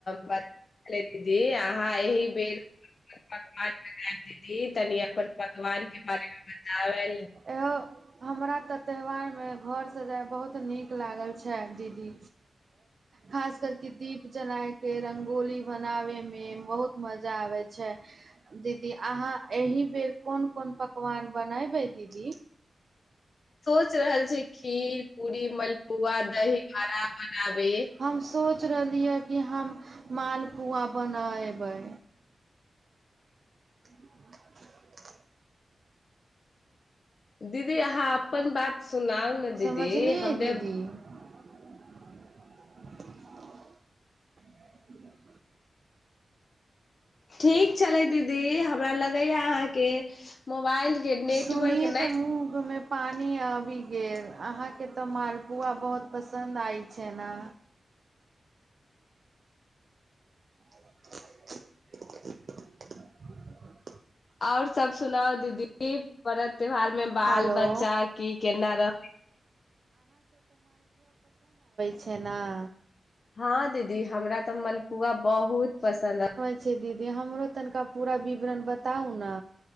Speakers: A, on the left (about 45°); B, on the right (about 45°).
A: म दीदी अहाँ एहि बेर पकवान बनायब दीदी तनि अपन पकवान के बारे मे बताब
B: एो हमरा तऽ त्यौहारमे घर सजा बहुत नीक लागल छै दीदी खास करके दीप जलयके रङ्गोली बनाबैमे बहुत मजा आबै छै दीदी अहाँ एहि बेर कोन कोन पकवान बनेबै दीदी जी
A: सोच रहल छै खीर पूरी मल पुआ दही भराा बनाब
B: हम सोच यअ कि हम मालपुआ बनेबै <unintelligible>
A: दीदी अहाँ अपन बात सुनाउ ने दीदी
B: समझलियै
A: हमरे
B: दीदी <inaudible> ह
A: ठीक छललै दीदी दी हमरा लगैया अहाँके मोबाइल के नेटवर्क
B: सुनिये
A: नहि
B: तऽ मुँहमे पानी आब अहाँके तऽ मपआ बहु प आ ने <unintelligible>
A: आओर सब सुनाउ दीदी पर्व त्योहार मे बाल
B: हेलो
A: बच्चा की केना रह
B: छनाा
A: हँ दीदी हमरा तऽ मल फूआ बहुत पसन्द अ
B: अच्छे दीदी हमरो तनिका पूरा विवरण बताउ ने